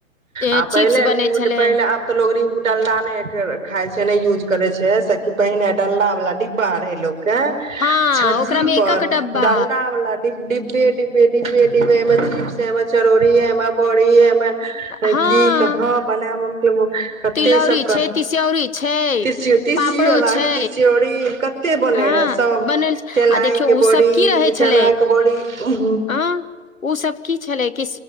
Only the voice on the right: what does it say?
आ
पहिले
उड
पहिले आब त लोग रियुड डल नहि खााय छै न यूज करे छै सब कि पहिने डला वाल डिब्बा रहे लोग क रहै
छज्जी
पर
डालडा वाला डि डब्बे डब्बे डब्बे डब्बे एमे चीप्स छै एमे चरौरी ये एमे बरी ये एमे की
कहाँ बनैब हम केलै कते
ई सब क
तीसीयो तीसी
वाला
अभी तीसियोरी कते बने
रहे सभ
केलायके
बड़ी
चनाक
के बड़ी हू